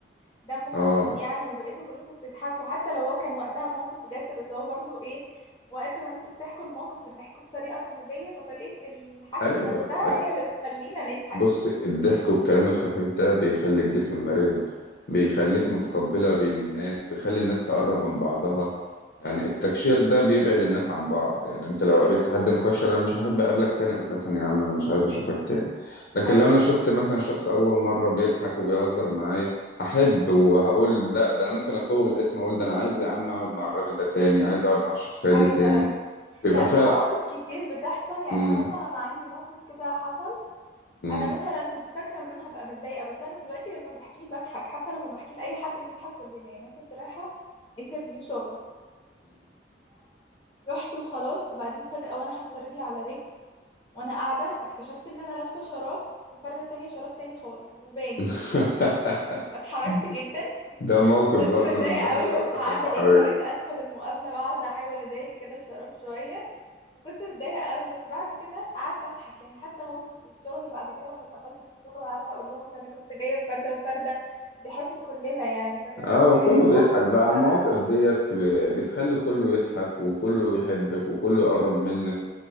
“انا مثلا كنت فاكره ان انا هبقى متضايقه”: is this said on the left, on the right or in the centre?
Left